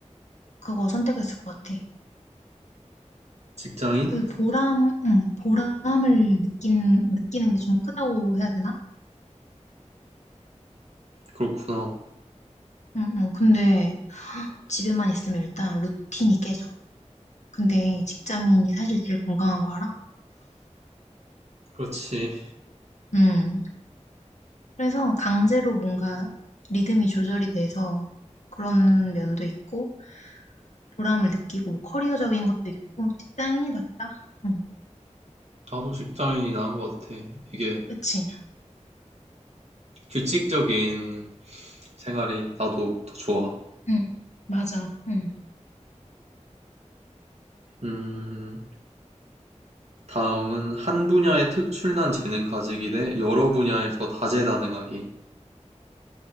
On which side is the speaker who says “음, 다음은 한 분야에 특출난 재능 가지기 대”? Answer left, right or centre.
Right